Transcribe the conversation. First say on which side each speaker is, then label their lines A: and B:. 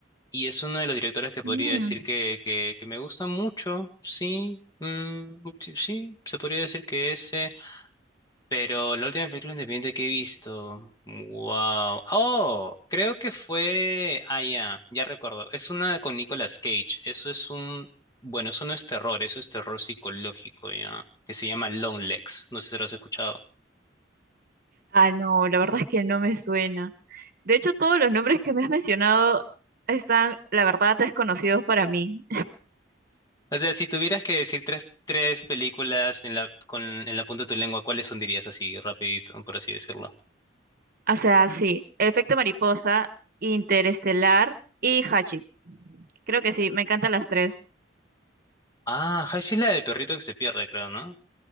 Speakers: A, on the left; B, on the right.
A: y es uno de los directores que podría
B: mm.
A: decir que, que, que me gusta mucho, sí, mm, sí, sí, se podría decir que ese, pero la última película independiente que he visto, wow, oh, creo que fue, ah, ya, ya recuerdo, es una con Nicolas Cage, eso es un, bueno, eso no es terror, eso es terror psicológico, ya, que se llama Long Legs, no sé si lo has escuchado.
B: Ah, no, la verdad es que no me suena. De hecho, todos los nombres que me has mencionado están, la verdad, desconocidos para mí.
A: O sea, si tuvieras que decir tres, tres películas en la, con, en la punta de tu lengua, ¿cuáles son dirías así, rapidito, por así decirlo?
B: O sea, sí, El efecto mariposa, Interestelar y Hachi. Creo que sí, me encantan las tres.
A: Ah, Hash es la del perrito que se pierde, creo, ¿no?